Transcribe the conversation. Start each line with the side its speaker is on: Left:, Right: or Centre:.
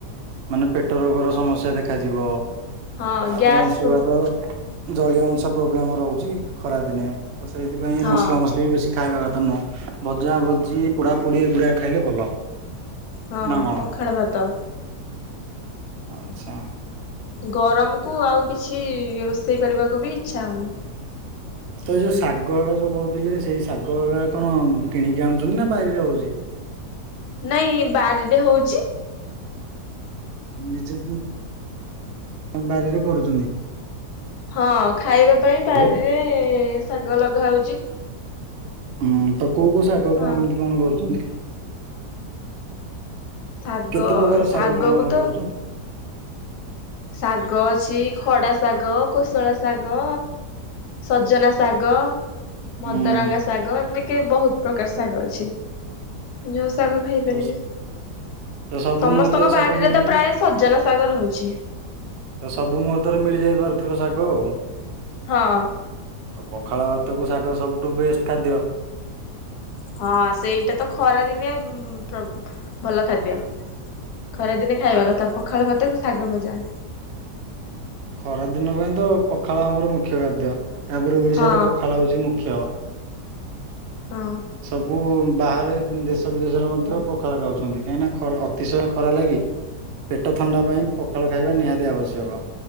Right: ମାନେ ପେଟ ରୋଗର ସମସ୍ୟା ଦେଖାଯିବ।
Left: ହଁ
Right: ତାପରେ
Left: ଗ୍ୟାସ୍
Right: ଅଂଶୁଘାତ।
Left: ପ୍ରୋ
Right: ଜଳୀୟ ଅଂଶ ପ୍ରୋବ୍ଲେମ ରହୁଛି ଖରା ଦିନେ ତ ସେଇଥିପାଇଁ
Left: ହଁ
Right: ମସଲା ମସଲି ବି ବେଶୀ ଖାଇବା କଥା ନୁହଁ। ଭଜା ଭଜି ପୋଡା ପୋଡି ଏଗୁଡା ଖାଇଲେ ଭଲ।
Left: ହଁ
Right: ନା କଣ
Left: ପଖାଳ ଭାତ।
Right: ଆଚ୍ଛା।
Left: ଗରମ କୁ ଆଉ କିଛି ରୋଷେଇ କରିବାକୁ ବି ଇଚ୍ଛା ହଉନି।
Right: ତ ଯୋଉ ଶାଗ ହକା ଯୋଉ କହୁଥିଲେ ସେଇ ଶାଗ ହକା କଣ କିଣିକି ଆଣୁଛନ୍ତି ନା ବାରିରେ ହଉଚି।
Left: ନାଇଁ ବାରିରେ ହଉଚି।
Right: ନିଜେ ବାରିରେ କରୁଚନ୍ତି।
Left: ହଁ ଖାଇବା ପାଇଁ
Right: ହ୍ୟାଲୋ।
Left: ବାରିରେ ଶାଗ ଲଗା ହଉଚି।
Right: ହୁଁ ତ କୋଉ କୋଉ ଶାଗ
Left: ହଁ।
Right: କଣ ଏମିତି କଣ କରୁଚନ୍ତି।
Left: ଶାଗ
Right: କେତେ ପ୍ରକାର
Left: ଶାଗ
Right: କଣ
Left: କୁ ତ
Right: କରୁଛନ୍ତି?
Left: ଶାଗ ଅଛି ଖଡା ଶାଗ, କୋଶୁଳା ଶାଗ। ସଜନା ଶାଗ। ମଦରଙ୍ଗା
Right: ହୁଁ
Left: ଶାଗ ଏମିତି କି ବହୁତ ପ୍ରକାର ଶାଗ ଅଛି। ଯୋଉ ଶାଗ ଖାଇପାରିବେ
Right: ତ ତ ସବୁ
Left: ସମସ୍ତଙ୍କ
Right: ମୁହୂର୍ତ୍ତରେ
Left: ବାଡ଼ିରେ
Right: ଶାଗ ମିଳି
Left: ତ ପ୍ରାୟ ସଜନା ଶାଗ ରହୁଉଛି।
Right: ତ ସବୁ ମୁହୂର୍ତ୍ତରେ ମିଳିଯାଇପାରୁଥିବ ଶାଗ ଆଉ।
Left: ହଁ।
Right: ତ ପଖାଳ ଭାତକୁ ଶାଗ ସବୁଠୁ ବେଷ୍ଟ ଖାଦ୍ୟ।
Left: ହଁ ସେଇଟା ତ ଖରା ଦିନେ ପ୍ର ଭଲ ଖାଦ୍ୟ। ଖରା ଦିନେ ଖାଇବା କଥା ପଖାଳ ଭାତକୁ ଶାଗ ଭଜା।
Right: ଖରା ଦିନ ପାଇଁ ତ ପଖାଳ ଆମର ମୁଖ୍ୟ ଖାଦ୍ୟ, ତାପରେ ଓଡିଶାର
Left: ହଁ
Right: ପଖାଳ ହଉଛି ମୁଖ୍ୟ।
Left: ହଁ।
Right: ସବୁ ବାହାରେ ଦେଶ ବିଦେଶରେ ମଧ୍ୟ ପଖାଳ ଖାଉଛନ୍ତି କାହିଁକିନା ଖର୍ ଅତିଶୟ ଖରା ଲାଗି
Left: ହଁ
Right: ପେଟ ଥଣ୍ଡା ପାଇଁ ପଖାଳ ଖାଇବା ନିହାତି ଆବଶ୍ୟକ,